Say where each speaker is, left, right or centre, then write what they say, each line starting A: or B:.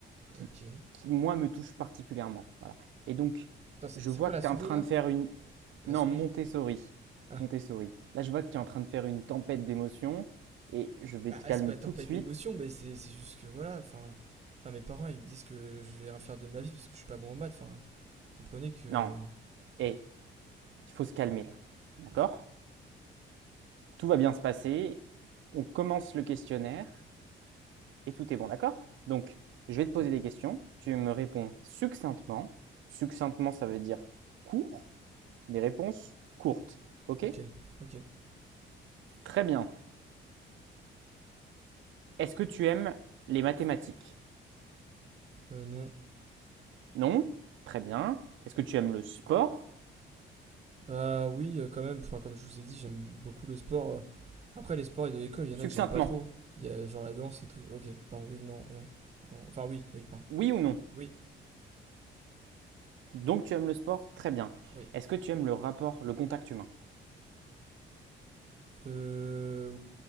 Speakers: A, on the right (about 75°); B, on the right (about 35°).
A: qui,
B: ok.
A: qui, moi me touche particulièrement. Voilà. Et donc
B: Attends, c'est
A: je
B: c'est
A: vois
B: quoi
A: que
B: la souris,
A: tu es en train
B: là
A: de faire une...
B: La
A: Non,
B: souris.
A: Montessori.
B: Ah,
A: Montessori. Là je vois que tu es en train de faire une tempête d'émotions, et je vais
B: bah,
A: te
B: ah,
A: calmer
B: c'est pas tempête
A: tout de suite
B: d'émotion, mais c'est c'est juste que, voilà, enfin... Enfin, mes parents, ils me disent que je vais rien faire de ma vie parce que je suis pas bon en maths. Enfin, comprenez que...
A: Non, hé, il faut se calmer là. D'accord
B: Ok,
A: Tout va bien se passer. On commence le questionnaire et tout est bon, d'accord Donc, je vais te
B: ok,
A: poser des questions. Tu me réponds succinctement. Succinctement, ça veut dire court. Des réponses courtes. Ok
B: ok, ok.
A: Très bien. Est-ce que tu aimes les mathématiques
B: Euh, non,
A: Non Très bien. Est-ce que tu aimes le sport
B: Euh, oui, euh, quand même. Enfin, comme je vous ai dit, j'aime beaucoup le sport. Euh, Après, les sports de l'école, il y en a
A: Succinctement.
B: que j'aime pas trop. Il y a genre la danse et tout. Ok, pardon, oui, non, non. non. Enfin, oui, oui, pardon.
A: Oui ou non
B: Oui,
A: Donc, tu aimes le sport Très bien.
B: oui.
A: Est-ce que tu aimes le rapport, le contact humain
B: Euh,